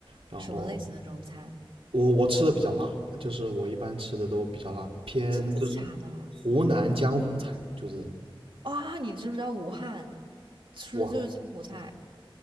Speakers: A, on the right; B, on the right.
A: 然后
B: 什么类型的中餐？
A: 我我吃的比较辣，就是我一般吃的都比较辣，偏就是
B: 真的假的
A: 湖南江湖菜，就是
B: 啊？你知不知道武汉吃的就是柬菜。
A: 我